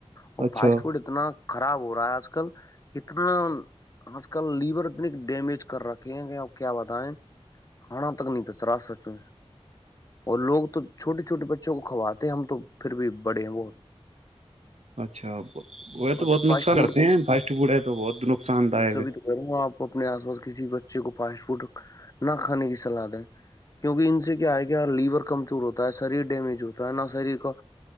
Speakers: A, on the left (about 30°); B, on the right (about 70°).
A: وہ
B: اچھا
A: فاسٹ فوڈ اتنا <unintelligible> خراب ہو رہا ہے آج کل اتنا آج کل لیور اتنی ڈیمیج کر رکھے اور کیا بتائیں کھانا تک نہیں پچرا سچو اور لوگ تو چھوٹے چھوٹے بچوں کو کھواتے ہم تو پھر بھی بڑے ہیں بہت
B: اچھا وہ تو
A: اور
B: بہت
A: فاسٹ
B: نقصان
A: فوڈ
B: کرتے
A: کو
B: ہیں فاسٹ فوڈ ہے تو بہت نقصان دائک
A: سبھی
B: ہے
A: تو کروں گا آپ اپنے آس پاس کسی کو فاسٹ فوڈ نہ کھے کی سلاح دیں کیونکہ ان سے کیا ہے کہ لیور کمزور ہوتا ہوتا ہے شریر ڈیمیج ہوتا ہے نا شریر کا